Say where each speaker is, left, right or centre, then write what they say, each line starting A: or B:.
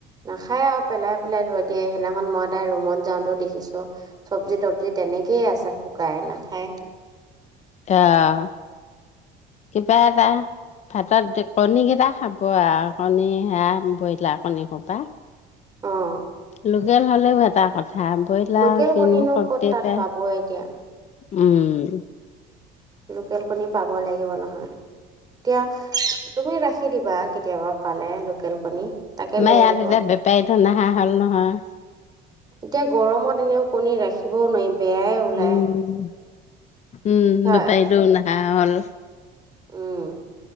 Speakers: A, on the right (about 25°); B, on the left (about 40°).
A: নাখায় আৰু পেলাই পেলাই থৈ দিয়ে। সেইদিনাখন মই তাইৰ ৰুমত যাওঁতেও দেখিছোঁ, চব্জি-তব্জি তেনেকেইয়ে আছে শুকাই নাখায়।
B: অ' কিবা এটা! ভাতত কণী কেইটা খাব আৰু কণী সেইয়া ব্ৰইলাৰ কণী সোপা
A: অ'
B: লোকেল হ'লেও এটা কথা ব্ৰইলাৰ
A: লোকেল
B: কিনো
A: কণীনো
B: শক্তি
A: ক'ত তাত
B: পায়
A: পাব এতিয়া-
B: উম-
A: লোকেল কণী পাব লাগিব নহয়, এতিয়া তুমি ৰাখি দিবা কেতিয়াবা পালে লোকেল কণী তাকে
B: আমাৰ
A: লৈ
B: ইয়াত
A: যাব
B: এতিয়া বেপাৰীটো নহা হ'ল নহয়।
A: এতিয়া গৰমত এনেও কণী ৰাখিবও নোৱাৰিম। বেয়াই ওলায়-
B: উম উম
A: হয়
B: বেপাৰী জন নাই - নহা হ'ল -
A: উম-